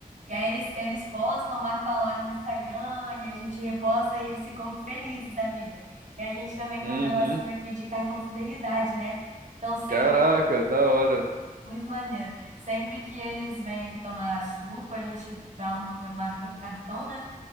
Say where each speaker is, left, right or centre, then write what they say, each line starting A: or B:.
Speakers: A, on the right; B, on the right.
A: E aí eles, eles postam, marcam a loja no Instagram, e a gente reposta, e eles ficam felizes da vida. E a gente também
B: Uhum.
A: tem um negocinho aqui de cartão fidelidade, né? Então, sempre
B: Caraca,
A: que.
B: da hora.
A: Muito maneiro. Sempre que eles vêm aqui tomar suco, a gente dá uma marca no cartão, né?